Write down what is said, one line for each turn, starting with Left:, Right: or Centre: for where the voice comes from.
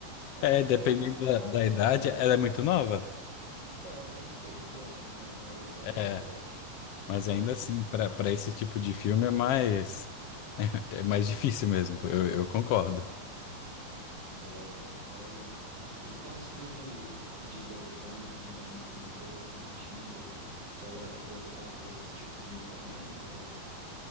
Right: É,
Left: É, dependendo
Right: deu, dá pra
Left: da,
Right: passar
Left: da idade,
Right: o tempo.
Left: ela é muito nova.
Right: Então, é, tem seis anos, né? Mas vai
Left: É,
Right: fazer sete.
Left: mas ainda assim, pra para esse tipo de filme é mais, é mais difícil mesmo, eu, eu concordo.
Right: É, mas e tem uns filmes de desenho assim também que, que eu assistia, que ela gostava de assistir comigo também, eu-